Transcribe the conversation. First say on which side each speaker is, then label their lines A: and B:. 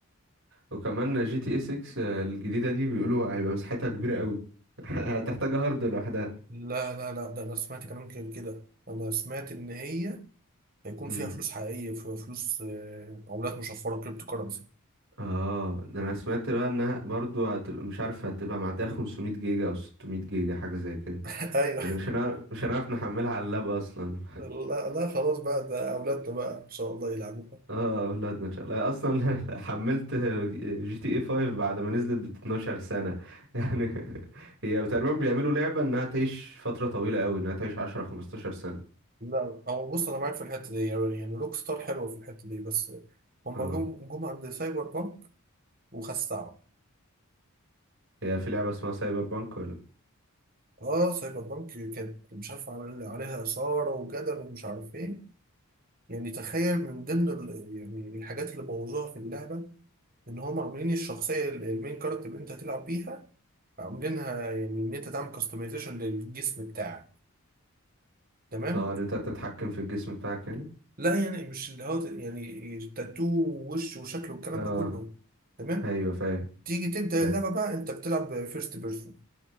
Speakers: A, on the right (about 60°); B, on the right (about 40°).
A: وكمان جي تي اي 6 آه، الجديدة دي بيقولوا هيبقى مساحتها كبيرة قوي <laughs> هتحتاج هارد لوحدها
B: لا لا لا ده انا سمعت كلام كده كده انا سمعت ان هي هيكون
A: امم
B: فيها فلوس حقيقية في فلوس آه، عملات مشفرة كريبتو كرنسي
A: اه ده انا سمعت بقى انها برضو هتبقى مش عارف هتبقى معدية ال 500 جيجا او 600 جيجا حاجة زي كده
B: <laughs> ايوه
A: يعني مش هنعرف مش هنعرف نحملها على اللاب اصلا
B: لا لا خلاص بقى ده اولادنا بقى ان شاء الله يلعبوا
A: اه اولادنا ان شاء الله اصلا <laughs> حملت جي تي اي 5 بعد ما نزلت ب 12 سنة <laughs> يعني هي تقريبا بيعملوا لعبة انها تعيش فترة طويلة قوي انها تعيش 10 15 سنة
B: لا هو بص انا معاك في الحته دي يعني يعني روك ستار حلوه في الحته دي بس هما
A: اه
B: جم جم عند سايبر بانك وخسعوا
A: هي في لعبة اسمها سايبر بانك
B: اه سايبر بانك كانت مش عارف عامل عليها اثاره وجدل ومش عارف ايه يعني تخيل من ضمن ال- يعني الحاجات اللي بوظوها في اللعبه ان هما عاملين الشخصيه ال- المين كاركتر اللي انت هتلعب بيها عاملينها يعني ان انت تعمل كاستمايزيشن للجسم بتاعك تمام
A: اه ان انت تتحكم في الجسم بتاعك يعني
B: لا يعني مش اللي هو يعني تاتو ووش وشكل والكلام
A: اه
B: ده كله تمام
A: ايوه فاهم
B: تيجي تبدأ
A: فاهم
B: اللعبة بقى انت بتلعب فيرست بيرسون